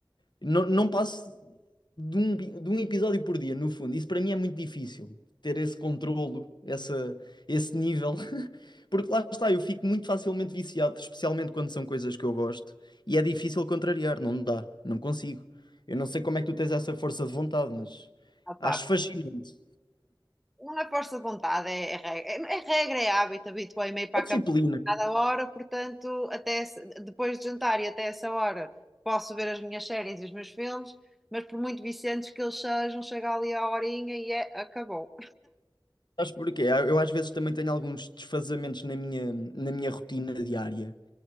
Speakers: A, on the left; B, in the centre.
A: Não, não passo de um, de um episódio por dia, no fundo. Isso para mim é muito difícil, ter esse controlo, essa, esse nível Porque lá está, eu fico muito facilmente viciado, especialmente quando são coisas que eu gosto, e é difícil contrariar, não dá, não consigo. Eu não sei como é que tu tens essa força de vontade, mas
B: Opa,
A: acho fascinante.
B: Não é força de vontade, é, é regra, é, é regra, é hábito, habituei-me a ir para
A: A
B: a
A: disciplina,
B: cama a cada hora, portanto, até esse- depois de jantar e até essa hora posso ver as minhas séries e os meus filmes, mas por muito viciantes que eles sejam, chega ali a horinha e é, acabou.
A: sabes porquê? Eu às vezes também tenho alguns desfazamentos na minha, na minha rotina diária,